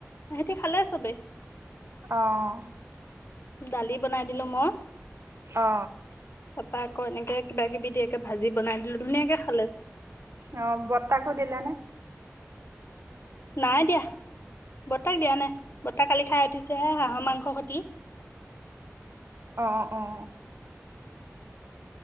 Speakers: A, on the left (about 50°); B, on the right (about 65°).
A: এহেঁতি খালে চবেই।
B: অঁ।
A: দালি বনাই দিলো মই
B: অ
A: তাপা আকৌ এনেকে কিবা কিবি দিয়াকে ভাজি বনাই দিলো, ধুনীয়াকে খালে, চ
B: অঁ, বৰ্তাকো দিলানে?
A: নাই দিয়া। ব তাক দিয়া নাই, বৰ্ত্তা কালি খাই উঠি ছেহে হাঁহ মাংস সতি
B: অঁ, অঁ।